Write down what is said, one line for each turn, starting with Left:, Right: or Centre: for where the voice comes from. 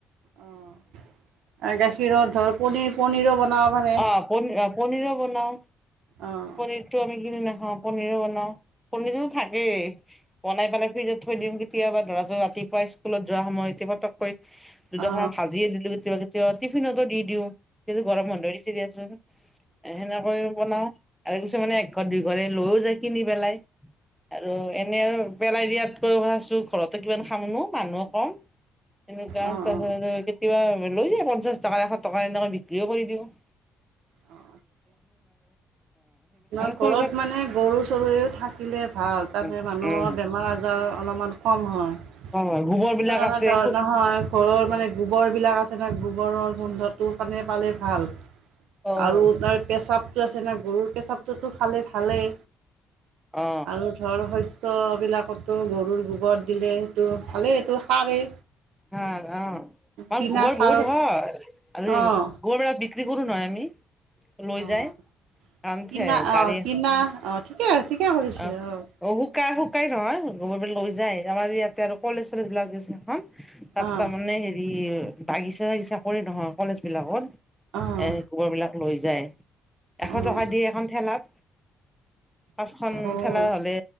Right: অ', গাখীৰৰ ধৰ পনীৰ, পনীৰো বনাব পাৰে।
Centre: অ পনীৰো বনাওঁ
Right: অ অ
Centre: পনীৰটো আমি কিনি নাখাওঁ পনীৰো বনাওঁ। পনীৰো থাকেই। বনাই পেলাই ফ্ৰিজত থৈ দিওঁ কেতিয়াবা <unintelligible> ৰাতিপুৱা স্কুল যোৱা সময় ইঁহতক দুডোখৰ
Right: অ
Centre: ভাজি দিলোঁ <unintelligible> টিফিনতো দি দিওঁ এতিয়াটো গৰম বন্ধ দিছে দিয়াচোন। সেনেকৈও বনাওঁ আৰু কিছুমানে এঘৰ দুইঘৰে লৈও যায় কিনি পেলায়। আৰু এনে আৰু পেলাই দিয়াত ভাবছোঁ ঘৰতে কিমান খামনো মানুহো কম। এনেকুৱা
Right: অ অ
Centre: তাৰ কেতিয়াবা লৈ যায় পঞ্চাশ টকা, এশ টকা এনেকৈ বিক্ৰীও কৰি দিওঁ। <inaudible>
Right: অ নহয় ঘৰত
Centre: কৰি থাক
Right: মানে গৰু চৰু থাকিলে ভাল, তাতে
Centre: উম
Right: মানুহৰ
Centre: উম
Right: বেমাৰ আজাৰৰ অলপমান
Centre: অ', গোবৰ বিলাক আছে খু
Right: <unintelligible>
Centre: অ',
Right: গোবৰবিলাক আছে না গোবৰৰ গোন্ধটো মানে পালে ভাল
Centre: অ',
Right: আৰু তাৰ পেচাবটো আছে না গৰুৰ পেচাবটোতো খালে ভালেই
Centre: হা
Right: আৰু ধৰ শস্যবিলাকতো গৰুৰ গোবৰত দিলে সেইটো ভালেই এইটো। সাৰেই
Centre: হা অহ
Right: কিনা
Centre: গোবৰ
Right: সাৰত
Centre: বহুত হয় আৰু
Right: অঁ
Centre: গোবৰ বিলাক বিক্ৰী কৰো নহয় আমি। লৈ
Right: অঁ
Centre: যায় <unintelligible>
Right: কিনা
Centre: গাড়ী
Right: অঁ কিনা অঁ ঠিকে ঠিকে কৰিছে
Centre: অহ।
Right: অঁ
Centre: অ', শুকাই শুকাই নহয় গোবৰ বিলাক লৈ যায় আমাৰ ইয়াতে আৰু কলেজ চলেজ বিলাকছে এখন তাত
Right: অঁ
Centre: তাৰমানে হেৰি বাগিচা বাগিছা কৰি নহয় কলেজ বিলাকত
Right: অঁ
Centre: এ গোবৰ বিলাক লৈ যায়। এশ
Right: অঁ
Centre: টকা দি এখন ঠেলাত পাঁচখন
Right: অঁ
Centre: ঠেলা হ'লে